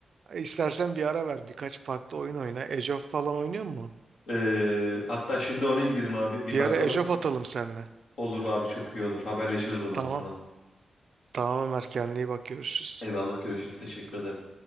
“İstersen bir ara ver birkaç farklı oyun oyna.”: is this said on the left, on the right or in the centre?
Right